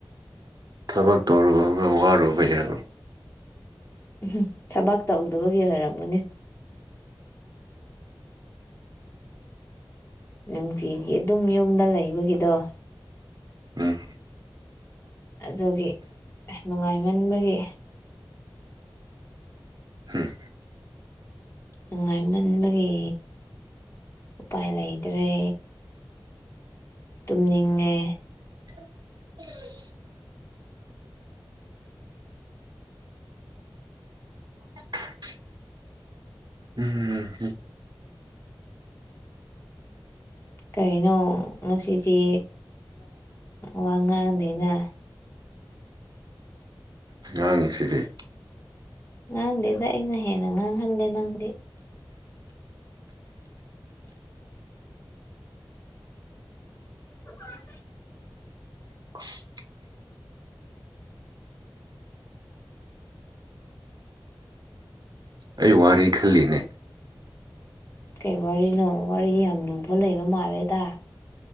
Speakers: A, on the right; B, on the left.
A: ꯊꯕꯛ ꯇꯧꯔꯨꯒ ꯋꯥꯔꯨꯕ ꯒꯤꯔꯕ
B: ꯎꯝ ꯊꯕꯛ ꯇꯧꯗꯕꯒꯤ ꯑꯣꯏꯔꯝꯒꯅꯤ ꯅꯨꯡꯇꯤꯒꯤ ꯑꯗꯨꯝ ꯌꯨꯝꯗ ꯂꯩꯕꯒꯤꯗꯣ
A: ꯎꯝ
B: ꯑꯗꯨꯒꯤ ꯅꯨꯡꯉꯥꯏꯃꯟꯕꯒꯤ
A: ꯍꯝ
B: ꯅꯨꯡꯉꯥꯏꯃꯟꯕꯒꯤ ꯎꯄꯥꯏ ꯂꯩ ꯇ꯭ꯔꯦ ꯇꯨꯝꯅꯤꯡꯉꯦ
A: <unintelligible> <unintelligible> ꯎꯝ
B: ꯀꯔꯤꯅꯣ ꯉꯁꯤꯗꯤ ꯋꯥ ꯉꯥꯡꯗꯦꯅ
A: ꯉꯥꯡꯉꯤꯁꯤꯗꯤ
B: ꯉꯥꯡꯗꯦꯗ ꯑꯩꯅ ꯍꯦꯟꯅ ꯉꯥꯡꯍꯜꯂꯦ ꯅꯪꯗꯤ <unintelligible>
A: <unintelligible> ꯑꯩ ꯋꯥꯔꯤ ꯈꯜꯂꯤꯅꯦ
B: ꯀꯩ ꯋꯥꯔꯤꯅꯣ ꯋꯥꯔꯤ ꯌꯥꯝ ꯂꯨꯕ ꯂꯩꯕ ꯃꯥꯜꯂꯦꯗ